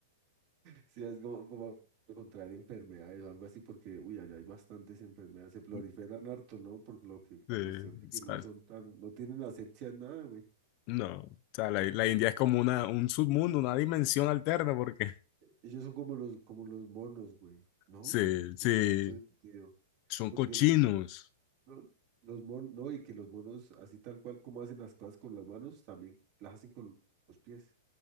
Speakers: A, on the right; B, on the left.
A: Sí, es como, como contraer enfermedades o algo así, porque, uy, allá hay bastantes enfermedades, se proliferan
B: Sí,
A: harto, ¿no? Por lo que la
B: o
A: cuestión de que
B: sea,
A: no son tan, no tienen asepsia en nada, güey.
B: no. O sea, la,
A: O
B: la
A: sea, ellos,
B: India es como una, un submundo, una dimensión alterna, porque.
A: ellos son como los, como los monos, güey, ¿no?
B: Sí, sí.
A: En cierto sentido,
B: Son
A: porque
B: cochinos.
A: los, los- lo- Los monos, no, y que los monos, así tal cual como hacen las cosas con las manos, también las hacen con los pies.